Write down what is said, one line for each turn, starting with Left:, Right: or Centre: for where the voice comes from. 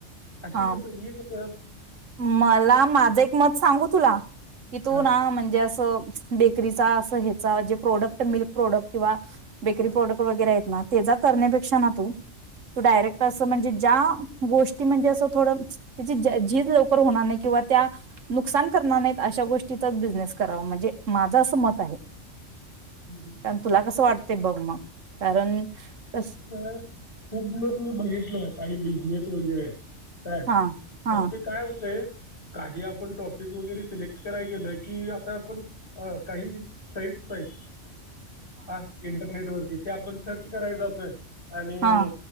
Left: असे
Right: हा
Left: कस हे कस
Right: मला माझं एक मत सांगू तुला की तू
Left: हा
Right: ना म्हणजे असं बेकरीचा असं ह्याचा जे प्रोडक्ट मिल्क प्रोडक्ट किंवा बेकरी
Left: हा
Right: प्रोडक्ट वगैरे आहेत ना, तेचा करण्या पेक्षा ना तू तू डायरेक्ट असं म्हणजे ज्या गोष्टी म्हणजे असं थोडं त्याची झीज लवकर होणार नाही किंवा त्या नुकसान करणार नाहीत अशा गोष्टीचाच बिझनेस करावा म्हणजे माझं असं मत आहे.
Left: <inaudible> मग
Right: अन कस तुला कस वाटतंय बघ मग कारण कस
Left: बर खूप दिवस मी बघितलं काही बिझनेस वगैरे काय
Right: हा हा
Left: पण ते काय होतेय, काही आपण टॉपिक वगैरे सिलेक्ट कराय गेलं की आता आपण अ काही सईट आहेत हा इंटरनेट वरती त्या आपण सर्च कराय जातोय आणि
Right: हा